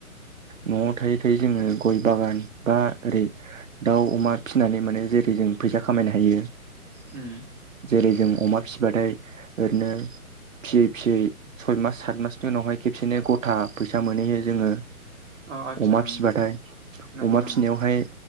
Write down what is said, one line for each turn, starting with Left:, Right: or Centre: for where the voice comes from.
Right: न'आव थायै थायै जोङो गय बागान बा ओरै दाउ अमा फिनानै माने जेरै जों फैसा खामायनो हायो
Centre: उम
Right: जेरै जों अमा फिसिबाथाय ओरैनो फियै फियै सय मास सात मासनि उनावहाय खेबसेनो गथा फैसा मोनहैयो जोङो।
Centre: औ आदसा
Right: अमा
Centre: ओं
Right: फिबाथाय
Centre: बिथां नंगौ
Right: अमा
Centre: नंगौ
Right: फिनायावहाय